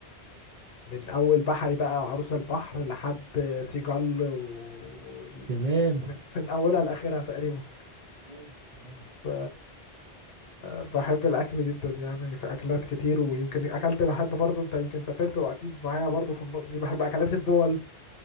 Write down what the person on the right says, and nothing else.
تمام
تمام تمام